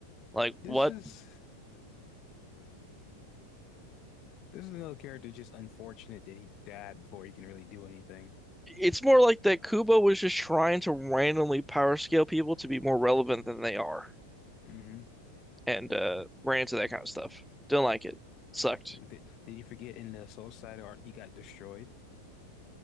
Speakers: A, in the centre; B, on the left (about 40°).
A: Like, what?
B: This is this is another character just unfortunate that he died before he can really do anything.
A: It's more like that Kubo was just trying to randomly power scale people to be more relevant than they are,
B: hmm
A: and uh, ran into that kind of stuff. Didn't like it. Sucked.
B: Did, did you forget in the Soul Side art he got destroyed?